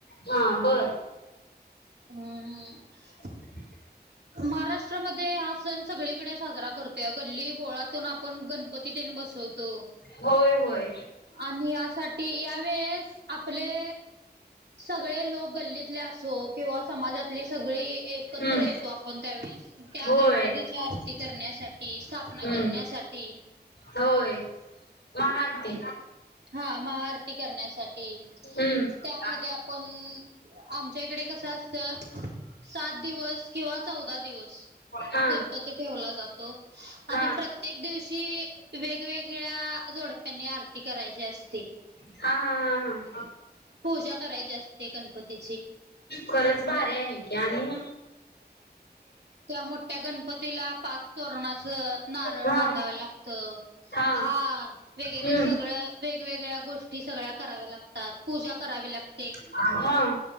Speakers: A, on the left; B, on the right.
A: हा बरं
B: ह्म्म्म
A: <inaudible>
B: महाराष्ट्रामध्ये हा सण सगळीकडे साजरा कर गल्ली बोळातून... आपण गणपती तेन बसवतो
A: होय होय
B: आणि... यासाठी... या वेळेस... आपले सगळे लोक... गल्लीतले असो... किंवा समाजातली सगळी... एकत्र
A: हम्म
B: येतो आपण कोणत्या वेळेस... त्या
A: होय
B: गणपतीच्या आरती करण्यासाठी... स्थापना
A: हम्म
B: करण्यासाठी
A: होय... महाआरती
B: हा... महाआरती करण्यासाठी...
A: हम्म
B: त्यामध्ये आपण आमच्या इकडे कसं असतं... सात दिवस किंवा चौदा दिवस
A: हा
B: गणपती ठेवला जातो... आणि
A: हा हा
B: प्रत्य प्रत्येक दिवशी... वेगवेगळ्या जोडप्यांनी... आरती करायची असती
A: हाहा... हा हा
B: पूजा... करायची असते गणपती
A: खरंच... भारी आहे की... आणि
B: त्या मोठ्या गणपतीला... पाच तोरणाचं नारळ
A: हा
B: बांधावं लागतं
A: हा
B: हार... वगैरे
A: हम्म
B: सगळं वेगवेगळ्या गोष्टी... सगळ्या कराव्या लागतात... पूजा करावी लाग
A: हा